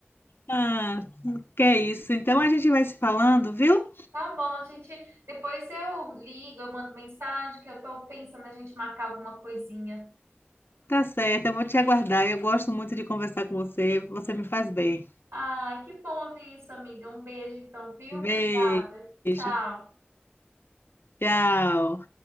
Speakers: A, on the left (about 60°); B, on the right (about 80°).
A: Ah, que é isso. Então a gente vai se falando, viu?
B: Tá bom, a gente. Depois eu ligo, eu mando mensagem, que eu tô pensando a gente marcar alguma coisinha.
A: Tá certo, eu vou te aguardar. Eu gosto muito de conversar com você. Você me faz bem.
B: Ai, que bom ouvir isso, amiga. Um beijo, então, viu?
A: Beijo.
B: Obrigada. Tchau.
A: Tchau.